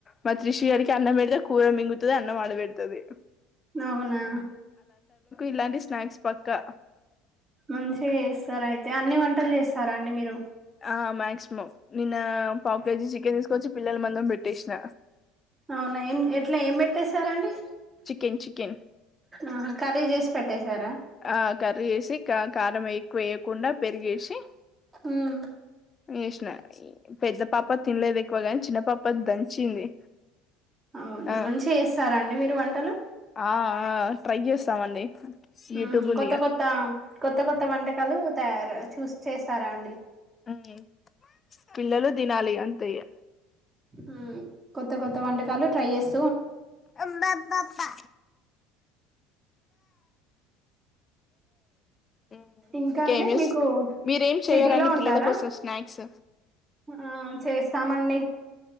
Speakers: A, on the left; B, on the right.
A: మా త్రిషు గాడికి అన్నం పెడితే కూర మింగుతది అన్నం ఆడపెడత్ది
B: అవునా
A: ఇలాంటి స్నాక్స్ పక్కా
B: మంచిగా చేస్తారు అయితే అన్ని వంటలు చేస్తారా అండి మీరు
A: ఆ మాక్సిమం నిన్న పావ్ కేజీ చికెన్ తీసుకొచ్చి పిల్లల మందం పెట్టేసిన
B: అవునా ఏం ఎట్లా ఏం పెట్టేసారండి
A: చికెన్ చికెన్
B: ఆహా కర్రీ చేసి పెట్టేశారా
A: ఆ కర్రీ చేసి కారం ఎక్కువ వేయకుండా పెరుగేసి
B: ఉమ్
A: యేస్నా పెద్ద పాప తినలేదు ఎక్కువగాని చిన్న పాప దంచింది
B: అవునా
A: ఆ
B: మంచిగా చేస్తారా అండి మీరు వంటలు
A: ఆ ఆ ట్రై చేస్తామండి
B: ఆహ్
A: యూట్యూబ్ ఉందిగా
B: కొత్త కొత్త కొత్త కొత్త వంటకాలు తయారు చూస్ చేస్తారా అండి
A: ఉమ్, పిల్లలు తినాలి అంతేఇగ
B: ఆ కొత్త కొత్త వంటకాలు ట్రై చేస్
A: అబ అబ్బా అప్పా హ్మ్
B: ఇంకా
A: ఇంకేం
B: అండి
A: చెస్
B: మీకు
A: మీరేం
B: సిటీలో
A: చేయరా అండి
B: ఉంటారా
A: పిల్లల కోసం స్నాక్స్
B: ఆ చేస్తామండి